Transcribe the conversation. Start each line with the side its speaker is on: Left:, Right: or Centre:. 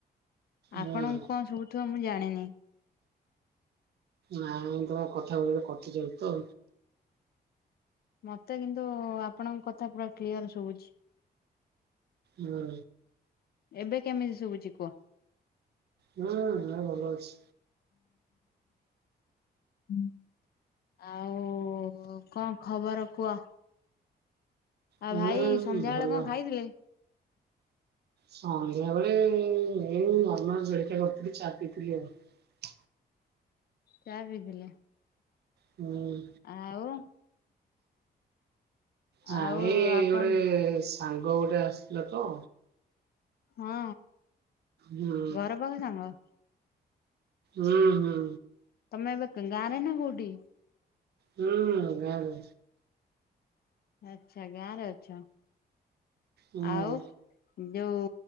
Left: ଆପଣଙ୍କୁ
Right: ହୁଁ
Left: କଣ ଶୁବୁଥିବ ମୁଁ ଜାଣିନି।
Right: ନାଇଁ ତମ କଥା ଗୁଡିକ କଟି ଯାଉଚି ତ
Left: ମତେ କିନ୍ତୁ ଆପଣଙ୍କ କଥା ପୁରା କ୍ଲିଅର ଶୁଭୁଛି।
Right: ହୁଁ।
Left: ଏବେ କେମିତି ଶୁଭୁଛି କୁହ?
Right: ହଁ-ହଁ ଭଲ ଅଛି।
Left: ହୁଁ ଆଉ କଣ ଖବର କୁହ? ଆଉ
Right: ହୁଁ
Left: ଭାଇ ସନ୍ଧ୍ୟା
Right: ଭଲ
Left: ଏଳେ କଁ ଖାଇଥିଲେ?
Right: ସନ୍ଧ୍ୟା ବେଳେ ଏଇ ନର୍ମାଲ ଜଳିଖିଆ କରିଥିଲି, ଚା ପିଇଥିଲି ଆଉ।
Left: ଚା ପିଇଥିଲେ
Right: ହୁଁ
Left: ଆଉ
Right: ନାଇ
Left: ଆଉ
Right: ଏ
Left: ଆପଣ
Right: ଗୋଟେ ସାଙ୍ଗ ଗୋଟେ ଆସିଥିଲା ତ
Left: ହଁ
Right: ହୁଁ
Left: ଘର ପାଖ ସାଙ୍ଗ?
Right: ହୁଁ ହୁଁ।
Left: ନାଇ ଏବେ ଗାଁରେ ନା କଉଠି?
Right: ହୁଁ ଗାଁ ରେ।
Left: ଆଚ୍ଛା ଗାଁ ରେ ଅଛ?
Right: ହୁଁ।
Left: ଆଉ ଯୋଉ